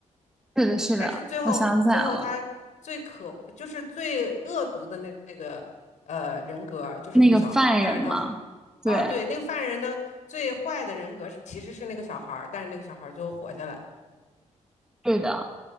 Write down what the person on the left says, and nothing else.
但是最后最后他最可就是最恶毒的那那个呃人格就是那个小孩儿，
但是他
啊对那个犯人的最坏的人格是其实是那个小孩儿，但是那个小孩儿最后活下来了